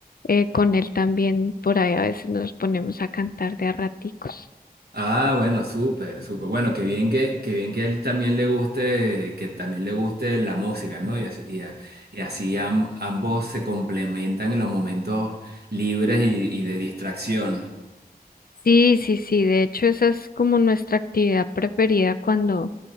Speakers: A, on the left (about 65°); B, on the right (about 80°).
A: eh, con él también por ahí a veces nos ponemos a cantar de a raticos.
B: Ah, bueno, súper, súper. Bueno, qué bien que, qué bien que a él también le guste, que también le guste la música, ¿no? Y así, y a- y así am- ambos se complementan en los momentos libres y, y de distracción.
A: Sí, sí, sí, de hecho esa es como nuestra actividad preferida cuando,